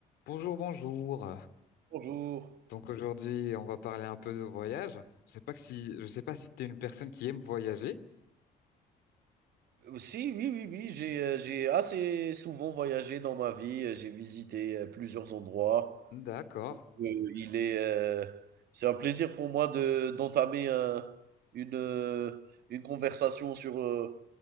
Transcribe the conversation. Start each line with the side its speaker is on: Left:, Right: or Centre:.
Left: Bonjour, bonjour.
Right: Bonjour.
Left: Donc aujourd'hui, on va parler un peu de voyage. Je sais pas que si, je sais pas si tu es une personne qui aime voyager.
Right: Aussi, oui, oui, oui, j'ai, heu, j'ai assez souvent voyagé dans ma vie, heu, j'ai visité, heu, plusieurs endroits.
Left: D'accord.
Right: Heu, il est, heu, c'est un plaisir pour moi de d'entamer un une, heu, une conversation sur, heu,